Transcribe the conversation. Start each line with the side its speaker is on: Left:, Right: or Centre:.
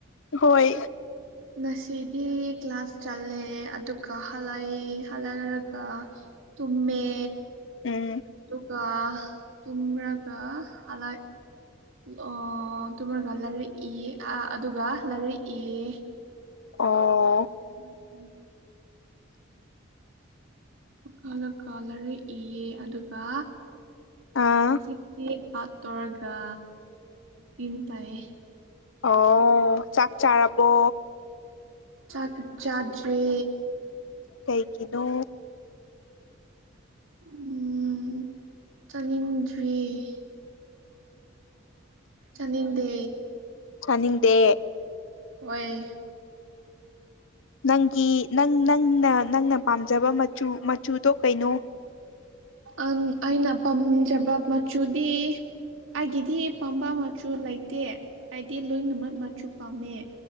Left: ꯍꯣꯏ꯫
Right: ꯅꯁꯤꯗꯤ ꯀ꯭ꯂꯥꯁ ꯆꯠꯂꯦ ꯑꯗꯨꯒ ꯍꯜꯂꯛꯑꯦ ꯍꯜꯂꯛꯔꯒ꯫ ꯇꯨꯝꯃꯦ꯫
Left: ꯎꯝ꯫
Right: ꯑꯗꯨꯒ ꯇꯨꯝꯔꯒ ꯍꯥꯂꯛ ꯑꯣ ꯇꯨꯝꯔꯒ ꯂꯔꯤꯛ ꯏꯌꯦ ꯑꯗꯨꯒ ꯂꯔꯤꯛ ꯏꯌꯦ꫰꫰
Left: ꯑꯣ
Right: <unintelligible> ꯑꯣ ꯀꯥꯂ ꯀꯥꯂ ꯂꯥꯏꯔꯤꯛ ꯏꯌꯦ ꯑꯗꯨꯒ꯫
Left: ꯑꯥ
Right: ꯍꯧꯖꯤꯛꯇꯤ ꯄꯥꯛꯇꯧꯔꯒ꯫ ꯀꯔꯤꯝ ꯇꯩꯌꯦ꯫
Left: ꯑꯣ ꯆꯥꯛ ꯆꯥꯔꯕꯣ꯫
Right: ꯆꯥꯛ ꯆꯥꯖꯔꯤ꯫
Left: ꯀꯩꯒꯤꯅꯣ꯫
Right: ꯎꯝ ꯆꯥꯅꯤꯡꯗ꯭ꯔꯤꯌꯦ꯫ ꯆꯅꯤꯡꯗꯦ꯫
Left: ꯇꯅꯤꯡꯗꯦ꯫
Right: ꯍꯣꯏ꯫
Left: ꯅꯪꯒꯤ ꯅꯪ ꯅꯪꯅ ꯅꯪꯅ ꯄꯥꯝꯖꯕ ꯃꯆꯨ ꯃꯆꯨꯗꯣ ꯀꯩꯅꯣ꯫
Right: ꯑꯪ ꯑꯩꯅ ꯄꯥꯝꯖꯕ ꯃꯆꯨꯗꯤ꯫ ꯑꯩꯒꯤꯗꯤ ꯄꯥꯝꯕ ꯃꯆꯨ ꯂꯩꯇꯦ ꯑꯩꯗꯤ ꯂꯣꯏꯅꯃꯛ ꯃꯆꯨ ꯄꯥꯝꯃꯦ꯫